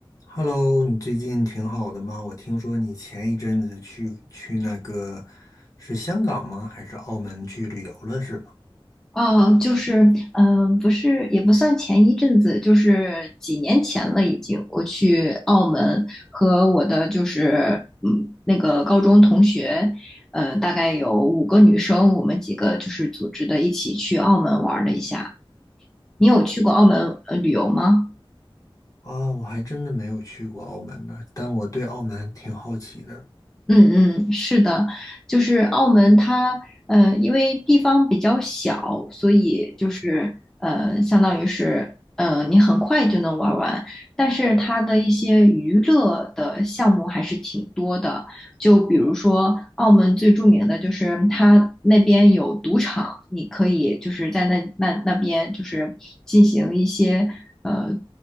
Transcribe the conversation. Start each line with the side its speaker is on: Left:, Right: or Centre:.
Left: Hello，你最近挺好的吗？我听说你前一阵子去去那个是香港吗？还是澳门去旅游了是吧？
Centre: 哦，就是，嗯、不是，也不算前一阵子，就是几年前了，已经。我去澳门和我的就是，嗯，那个高中同学，嗯，大概有五个女生，我们几个就是组织的一起去澳门玩了一下。你有去过澳门呃旅游吗？
Left: 啊，我还真的没有去过澳门呢，但我对澳门挺好奇的。
Centre: 嗯嗯，是的，就是澳门它，呃，因为地方比较小，所以就是呃，相当于是，呃，你很快就能玩完。但是它的一些娱乐的项目还是挺多的，就比如说澳门最著名的就是它那边有赌场，你可以就是在那那那边就是进行一些呃，